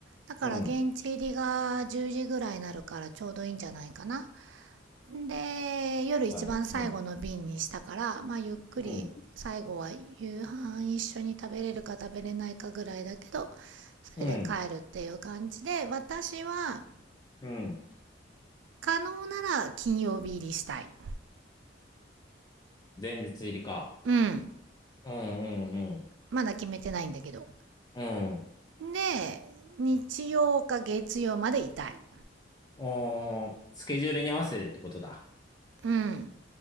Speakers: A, on the right (about 75°); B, on the left (about 20°).
A: だから現地入りが10時ぐらいになるからちょうどいいんじゃないかな。
B: うん、
A: で、夜一番最後の便にしたから、
B: はい。うん、
A: まあゆっくり最後は夕飯一緒に食べれるか食べれないかぐらいだけど、
B: うん、
A: それで帰るっていう感じで、
B: うん、
A: 私は
B: うん。
A: 可能なら金曜日入りしたい。
B: 前日入りか。
A: うん。
B: うん、うん、
A: まだ決めてないんだけど。
B: うん、うん。
A: で、日曜か月曜までいたい。
B: おー、スケジュールに合わせてってことだ。
A: うん。